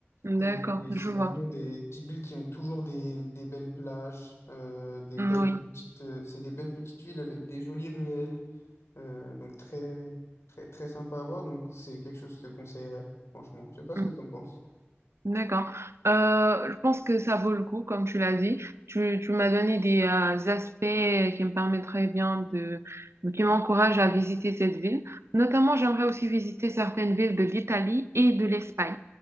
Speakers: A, on the right; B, on the left.
A: D'accord,
B: Et, euh, c'est
A: je
B: c'est
A: vois.
B: vraiment des petites villes qui ont toujours des, des belles plages, euh, des
A: Oui.
B: belles petites, euh, c'est des belles petites villes avec des jolies ruelles, euh, donc très, très, très sympa à voir. Donc c'est quelque chose que je te conseillerais, franchement. Je sais pas ce
A: mm.
B: que tu en penses.
A: D'accord. Euh, je pense que ça vaut le coup, comme tu l'as dit. Tu, tu m'as donné des euh, aspects qui me permettraient bien de, qui m'encouragent à visiter cette ville. Notamment, j'aimerais aussi visiter certaines villes de l'Italie et de l'Espagne.